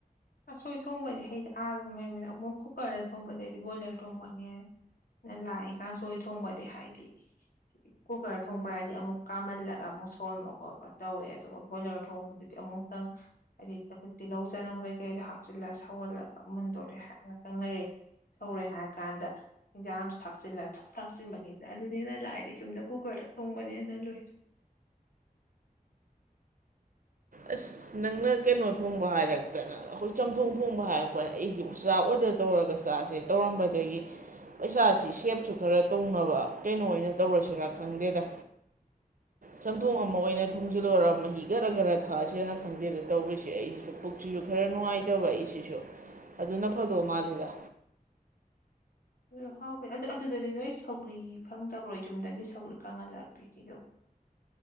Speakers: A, on the left (about 70°); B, on the right (about 65°).
A: ꯑꯁꯣꯏ ꯊꯣꯡꯕꯗꯤ ꯍꯩꯗꯥ ꯑꯥꯗ ꯗꯨꯝ ꯍꯩꯃꯤꯅ ꯃꯣꯏ ꯀꯨꯀꯔꯗ ꯊꯣꯡꯕꯗꯩꯗꯤ ꯕꯣꯏꯂꯔ ꯊꯣꯡꯕꯅꯦ ꯂꯥꯏꯑꯦ ꯀꯥꯡꯁꯣꯏ ꯊꯣꯡꯕꯗꯤ ꯍꯥꯏꯗꯤ ꯀꯨꯀꯔ ꯊꯣꯡꯕ꯭ꯔꯥ ꯍꯥꯏꯗꯤ ꯑꯃꯨꯛ ꯀꯥꯝꯍꯜꯂꯒ ꯑꯃꯨꯛ ꯁꯣꯟꯕ ꯈꯣꯠꯄ ꯇꯧꯋꯦ ꯑꯗꯨꯒ ꯕꯣꯏꯂꯔ ꯊꯣꯡꯕꯗꯨꯗꯤ ꯑꯃꯨꯛꯇꯪ ꯍꯥꯏꯗꯤ ꯇꯤꯜꯍꯧ ꯆꯅꯝ ꯀꯩꯀꯩꯗꯣ ꯍꯥꯞꯆꯤꯜꯂ ꯁꯧꯍꯜꯂꯒ ꯃꯨꯟꯗꯣꯔꯦ ꯍꯥꯏ ꯉꯇꯪ ꯂꯩꯔꯑꯦ ꯁꯧꯔꯦ ꯍꯥꯏꯔ ꯀꯥꯟꯗ ꯏꯟꯁꯥꯡꯗ ꯊꯥꯛꯆꯤꯜꯂ ꯊꯨꯝ ꯊꯥꯛꯆꯤꯟꯕꯅꯤꯗ ꯑꯗꯨꯅꯤꯅ ꯂꯥꯛꯑꯗ ꯌꯨꯝꯗ ꯀꯨꯀꯔꯗ ꯊꯣꯡꯕꯅ ꯍꯦꯟꯅ ꯂꯨꯏ
B: ꯑꯁ ꯅꯪꯅ ꯀꯩꯅꯣ ꯊꯣꯡꯕ ꯍꯥꯏꯔꯛꯇꯅ ꯑꯩꯈꯣꯏ ꯆꯝꯊꯣꯡ ꯊꯣꯡꯕ ꯍꯥꯏꯔꯛꯄꯅ ꯑꯩꯁꯤ ꯆꯥꯛ ꯑꯣꯗꯔ ꯇꯧꯔꯒ ꯆꯥꯁꯦ ꯇꯧꯔꯝꯕꯗꯒꯤ ꯄꯩꯁꯥꯁꯤ ꯁꯦꯞꯁꯨ ꯈꯔ ꯇꯧꯅꯕ ꯀꯩꯅꯣ ꯑꯣꯏꯅ ꯇꯧꯔꯁꯤꯔ ꯈꯪꯗꯦꯗ ꯆꯝꯊꯣꯡ ꯑꯃ ꯑꯣꯏꯅ ꯊꯣꯡꯖꯤꯜꯂꯣꯏꯔ ꯃꯍꯤ ꯒꯔ ꯒꯔ ꯊꯥꯑꯁꯤꯔ ꯈꯪꯗꯦꯗ ꯇꯧꯔꯤꯁꯦ ꯑꯩꯁꯤꯁꯨ ꯄꯨꯛꯁꯤꯁꯨ ꯈꯔ ꯅꯨꯡꯉꯥꯏꯇꯕ ꯑꯩꯁꯤꯁꯨ ꯑꯗꯨꯅ ꯐꯗꯣ ꯃꯥꯜꯂꯤꯗ
A: ꯍ ꯍꯥꯎꯕꯦ ꯑꯗꯨꯗ ꯑꯗꯨꯗꯗꯤ ꯅꯣꯏ ꯁꯧꯒ꯭ꯔꯤ ꯐꯪꯗꯕ꯭ꯔꯣ ꯌꯨꯝꯗꯒꯤ ꯁꯧꯒ꯭ꯔꯤ ꯀꯪꯍꯜꯂꯛ ꯄꯔꯤꯗꯣ